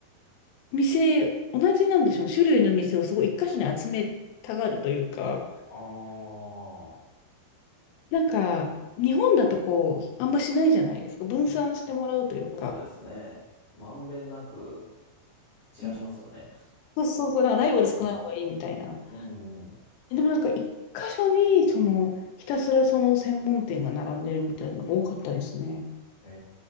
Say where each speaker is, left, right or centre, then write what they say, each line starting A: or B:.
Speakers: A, on the left; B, on the left.
A: 店、同じなんでしょうね、種類の店をすごい一箇所に集めたがるというか、
B: ああ、
A: なんか、日本だとこう、あんましないじゃないですか。分散してもらうというか。
B: そうですね。まんべんなく散らしますよね。
A: うんそうそうそう、だからライバル少ない方がいいみたいな。
B: うんうんうん。
A: でもなんか、一箇所に、その、ひたすらその専門店が並んでるみたいなのが多かったですね。
B: え